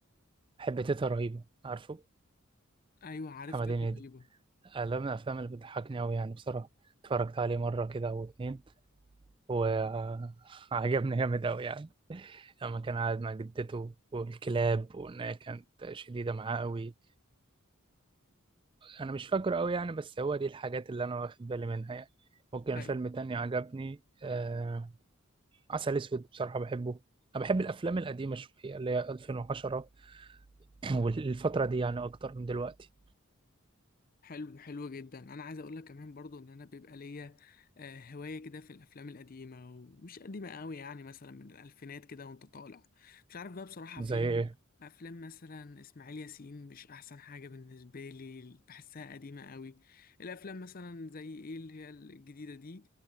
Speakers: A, on the right; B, on the left.
A: بحب تيتا رهيبه عارفه
B: ايوه عرفت
A: محمد
B: إيه
A: هنيدي
B: رهيبه
A: لا من الأفلام اللي بتضحكني أوي يعني بصراحة اتفرجت عليه مرة كده أو اتنين وعجبني <laughs> جامد أوي يعني لما كان قاعد مع جدته والكلاب وإن هي كانت شديدة معاه أوي أنا مش فاكره أوي يعني بس هو دي الحاجات اللي أنا واخد بالي منها يعني ممكن
B: ايوه.
A: فيلم تاني عجبني آه عسل أسود بصراحة بحبه أنا بحب الأفلام القديمة شوية اللي هي 2010 <clears throat> والفترة دي يعني أكتر من دلوقتي
B: حلو حلو جدا انا عايز اقول لك كمان برضو ان انا بيبقى ليا آه، هوايه كده في الافلام القديمه ومش قديمه قوي يعني مثلا من الالفينات كده وانت طالع مش عارف بقى بصراحه
A: زي
B: افلام
A: إيه؟
B: افلام مثلا اسماعيل ياسين مش احسن حاجه بالنسبه لي بحسها قديمه قوي الافلام مثلا زي ايه اللي هي الجديده دي